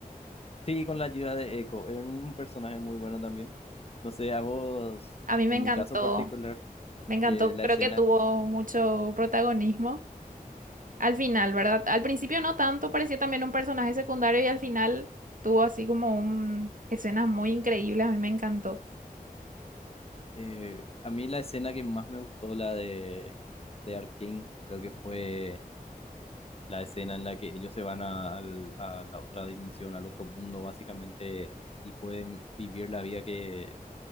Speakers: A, on the left (about 40°); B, on the right (about 60°).
A: Sí, con la ayuda de Echo, es un personaje muy bueno también. No sé, a vos,
B: A mí
A: en
B: me encantó.
A: mi caso particular,
B: Me encantó,
A: eh, la
B: creo
A: escena,
B: que tuvo mucho protagonismo al final, ¿verdad? Al principio no tanto, parecía también un personaje secundario y al final tuvo así como un... escenas muy increíbles, a mí me encantó.
A: eh, a mí la escena que más me gustó, la de, de Arkane, creo que fue la escena en la que ellos se van a, al- a la otra dimensión, al otro mundo, básicamente, y pueden vivir la vida que